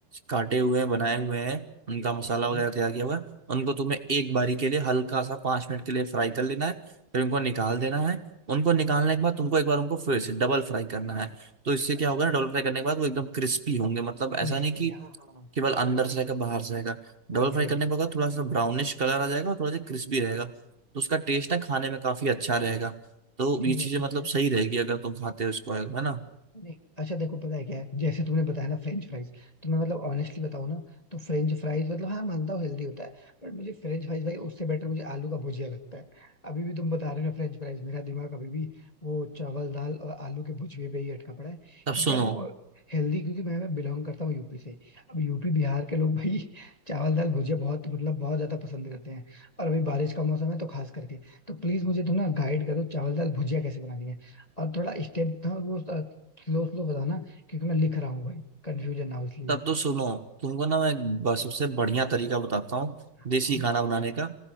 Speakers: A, on the right; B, on the left.
A: काटे हुए हैं बनाए हुए हैं उनका मसाला
B: है हम्म।
A: वगैरह तैयार किया हुआ है उनको तुम्हें एक बारी के लिए हल्का सा पाँच मिनट के लिए फ्राई कर लेना है फिर उनको निकाल देना है उनको निकालने के बाद तुमको एक बार उनको फिर से डबल फ्राई करना है तो इससे क्या
B: अच्छा
A: होगा ना डबल फ्राई करने के बाद वो एकदम क्रिस्पी होंगे मतलब ऐसा
B: क्रिस्पी
A: नहीं कि
B: हाँ हाँ
A: केवल अंदर से रहेगा बाहर से रहेगा डबल
B: एग्जैक्टली
A: फ्राई करने पर होगा थोड़ा सा ब्राउनिश कलर आ जाएगा और थोड़ा सा क्रिस्पी रहेगा तो उसका टेस्ट ना खाने में काफी अच्छा रहेगा तो
B: ठीक
A: ये चीजें
B: है ठीक
A: मतलब
B: है
A: सही रहेगी अगर तुम खाते हो इसको है ना
B: नहीं अच्छा देखो पता है क्या है जैसे तुमने बताया ना फ्रेंच फ्राइज तो मैं मतलब ऑनेस्टली बताऊं ना तो फ्रेंच फ्राइज मतलब हाँ मानता हूँ हेल्दी होता है बट मुझे फ्रेंच फ्राइज भाई उससे बेटर मुझे आलू का भुजिया लगता है अभी भी तुम बता रहे हो फ्रेंच फ्राइज मेरा दिमाग अभी भी वो चावल दाल और आलू के भुजिए पे ही अटका पड़ा है
A: तब
B: क्योंकि
A: सुनो
B: यार वो हेल्दी क्योंकि मैं मैं बिलोंग करता हूँ यूपी से अब यूपी बिहार के लोग भाई <laughs> चावल दाल भुजिया बहुत मतलब बहुत ज्यादा पसंद करते हैं और अभी बारिश का मौसम है तो खास करके तो प्लीज मुझे तुम ना गाइड करो चावल दाल भुजिया कैसे बनानी है और थोड़ा स्टेप था वो किलो स्लो बताना क्योंकि मैं लिख रहा हूँ भाई कंफ्यूजन ना हो इसलिए
A: तब तो सुनो तुमको ना मैं एक ब- सबसे बढ़िया तरीका बताता हूँ
B: हाँ
A: देसी खाना बनाने का